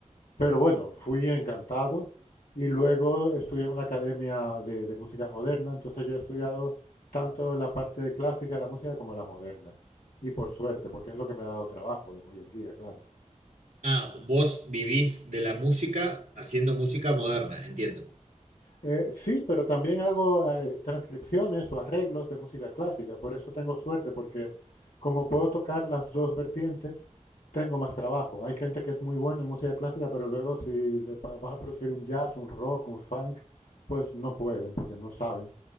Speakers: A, on the left; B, on the right.
A: Pero bueno, fui encantado y luego estudié en una academia de, de música moderna, entonces yo he estudiado tanto la parte clásica de la música como la moderna. Y por suerte, porque es lo que me ha dado trabajo hoy en día, claro.
B: Ah, vos vivís de la música haciendo música moderna, entiendo.
A: Eh, sí, pero también hago eh, transcripciones o arreglos de música clásica, por eso tengo suerte, porque como puedo tocar las dos vertientes, tengo más trabajo. Hay gente que es muy buena en música clásica, pero luego si le pa- vas a producir un jazz, un rock, un funk, pues no pueden, porque no saben.